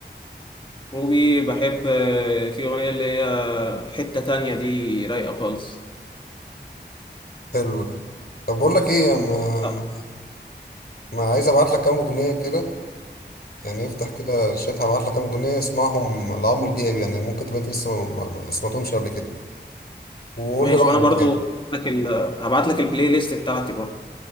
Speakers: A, on the left; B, on the left.
A: روبي بحب آه، في أغنية اللي هي حتة تانية دي رايقة خالص
B: حلو ده طب بقول لك إيه ما
A: آه،
B: ما, ما عايز أبعت لك كام أغنية كده يعني افتح كده الشات هبعت لك كام أغنية اسمعهم لعمرو دياب يعني ممكن تبقى أنت لسه ما ما- ما سمعتهمش قبل كده وقول
A: ماشي
B: لي رأيك
A: وأنا برضو
B: يعني
A: هبعت لك ال- هبعت لك البلاي ليست بتاعتي برضو